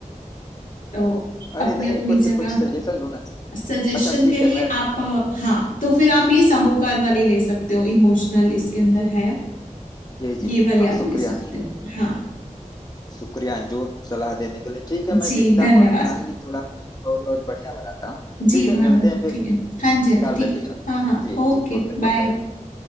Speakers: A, on the left; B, on the left.
A: तो
B: अरे
A: अपनी
B: नहीं
A: अपनी
B: कुछ
A: जगह
B: कुछ सजेशन दो ना
A: सजेशन
B: अच्छा ठीक
A: के लिए
B: है मैं
A: आप अ, हाँ तो फिर आप ये साहूकार वाली ले सकते हो इमोशनल इसके अंदर है
B: जी जी
A: ये वाली
B: हाँ
A: आप
B: शुक्रिया
A: ले सकते हो हाँ
B: शुक्रिया अंजू सलाह देने के लिए ठीक है मैं
A: जी
B: देखता
A: धन्यवाद
B: हूँ और कहानी थोड़ा और और बढ़िया बनाता हूँ
A: जी
B: ठीक है
A: भानु
B: मिलते हैं फिर
A: ठीक है हाँ जी हाँ
B: ख्याल
A: जी ठीक
B: रखिएगा अपना।
A: है हाँ हाँ
B: जी
A: ओके
B: जी गुड नाइट
A: बाय
B: गुड नाइट